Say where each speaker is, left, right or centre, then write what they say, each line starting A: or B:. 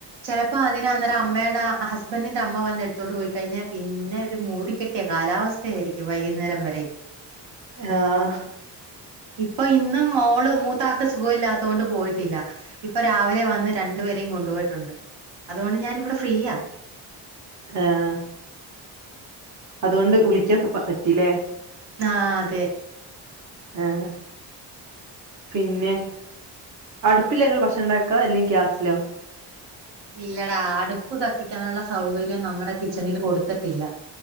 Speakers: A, on the right; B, on the right.
A: ചിലപ്പോ അതിന് അന്നേരം അമ്മയുടെ ഹസ്ബന്റിന്റെ അമ്മ വന്ന് എടുത്തോണ്ട് പോയി കഴിഞ്ഞാൽ പിന്നെ ഒരു മൂടി കെ ത്യ കാലാവസ്ഥാരിക്കും വൈകുന്നേരം വരെ.
B: ആഹ
A: ഇപ്പൊ ഇന്ന് മോള് മൂത്താക്ക് സുഖ ഇല്ലാത്തോണ്ട് പോയിട്ടില്ല. ഇപ്പൊ രാവിലെ വന്ന് രണ്ട്, രണ്ടു പേരെ കൊണ്ടുപോയിട്ടുണ്ട്. അതോണ്ട് ഞാനവിടെ ഫ്രീയാ.
B: ആഹ അതോണ്ട് വുളിക്ക സ പ പറ്റില്ലേ.
A: ആ അതെ
B: ആഹ്. പിന്നെ അടുപ്പില് ങ്ങ ഭക്ഷണംണ്ടാക്കാ? അല്ലങ്കി ഗ്യാസിലോ?
A: ഇല്ലടാ, അടുപ്പ് കത്തിക്കാനുള്ള സൗകര്യം നമ്മുടെ കിച്ചണില് കൊടുത്തിട്ടില്ല.